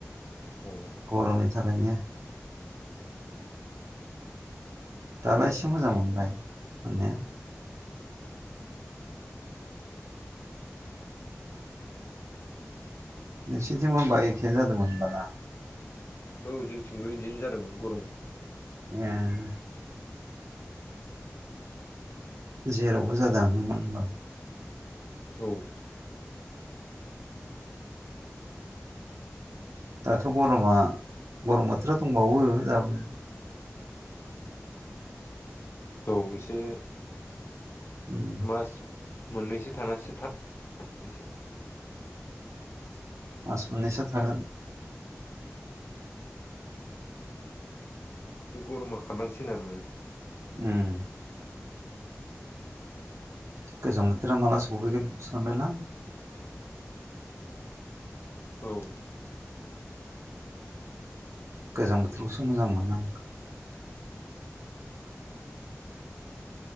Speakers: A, on the left (about 50°); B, on the right (about 75°).
A: औ
B: गर'मनि थाखायनो दालाय एसे मोजां मोनबाय मोननाया। नोंसिथिंबोबा एखेयानो जादोंमोन होनबा ना?
A: औ जोंथिंबो बिदिनो जादोंमोन गरमा।
B: उम जेरावबो जादों आङोमोन होनबालाय
A: औ।
B: दाथ' गरमा गरम बोथोराव दंबावो दाबो।
A: औ एसे
B: उम
A: मास मोननैसो थानासो एसे
B: मास मोननैसो थागोन।
A: एसे गरमा खारलांसिन आरो माने
B: उम गोजां बोथोरा माला सफैगोन सानबायलां।
A: औ
B: गोजां बोथोरखौसो मोजां मोनो आं